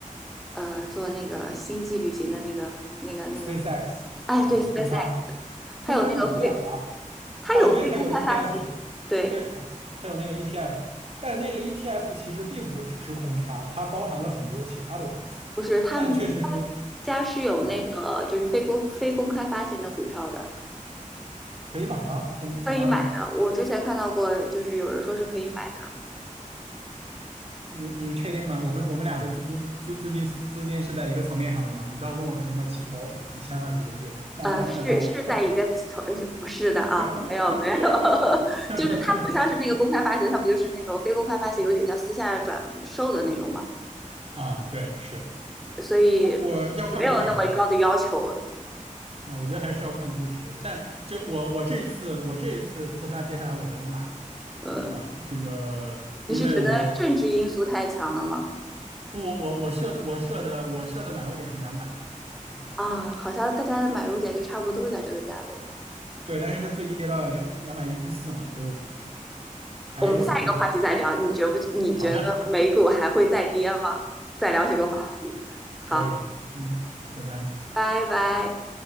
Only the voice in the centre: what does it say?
呃做那个星际旅行的那个那个那个？
哎，
对，SpaceX，
它有那个非它有非公开发行，
对，
不是他们他们家是有那个就是非公非公开发行的股票的，
可以买的。我之前看到过，就是有人说是可以买的。
呃，是是在一个投，是不是的啊？
没有没有，<laughs> 就是它不像是那个公开发行，它不就是那种非公开发行，有点像私下转售的那种嘛，
所以没有那么高的要求。
呃，
你是觉得政治因素太强了吗？
啊，好像大家的买入点就差不多都是在这个价位。
我们下一个话题再聊，你觉不？你觉得美股还会再跌吗？
再聊这个话题。好，
拜拜。